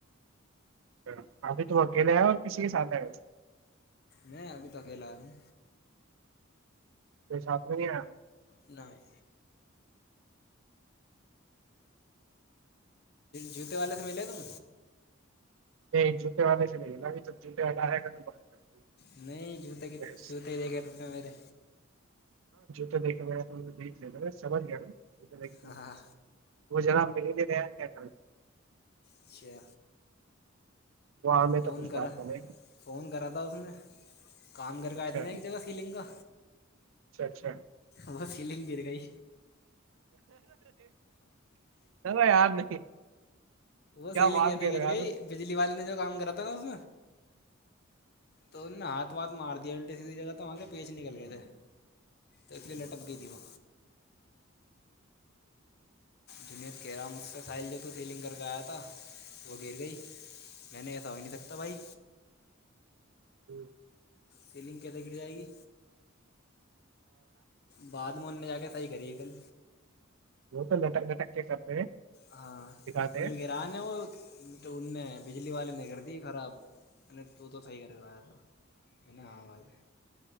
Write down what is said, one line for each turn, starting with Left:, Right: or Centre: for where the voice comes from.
Right: اچھا ابھی تم اکیلے آئے ہو اور کسی کے ساتھ آئے ہو
Left: میں ابھی تو اکیلا آیا ہوں
Right: کوئ ساتھ میں نہیں آیا
Left: نہیں جوتے والے سے ملے تم
Right: نہیں جوتے والے سے نہیں ہم تو جوتے والا آیا گا تو بات کریں
Left: نہیں جوتے
Right: گے
Left: کے
Right: بس
Left: جوتے ہی رہ گے میرے
Right: دیکے گا تو دیکھ لایا سمجھ گیا نا
Left: ہاں
Right: وہ جرا <unintelligible>
Left: اچھا
Right: وہاں میں
Left: فون
Right: تو کچھ
Left: کرا
Right: بات کریں
Left: فون کرا تھا اس نے کام کر کے
Right: اچھا
Left: آیا تھا نا ایک جگہ سیلنگ کا
Right: اچھا اچھا
Left: وہ سیلنگ گر گئی
Right: ارے یار نہیں
Left: وہ سیلینگ
Right: بات
Left: کیسے
Right: کہہ رہے
Left: گر
Right: ہو یار
Left: گئ بجلی و کام کرا تھا نا اس تو ہاتھ واتھ مار دیا الٹی سھی جگہ تو وہ کے پیچ نکل گئے تھے تو اس لیے لٹک گئی تھی وہ جنید کہ را مجھ سے سائل جو تو سیلنگ کر کے آیا تھا وہ گر گئی میں نے ایسا ہو نہیں سکتا بھائی
Right: <unintelligible>
Left: سیلنگ کیسے گر جائے گی بعد میں ان نے جا کے صحیح کری ہے کل
Right: وہ تو لٹک لٹک <unintelligible>
Left: ہاں
Right: دکھاتے ہیں
Left: جو گران ہیں وہ ڈونڈنے ہیں بجلی والے نے کر دی خراب ت تو تہ سئی کرنے آیا تھا تو میں نے ہاں بھائی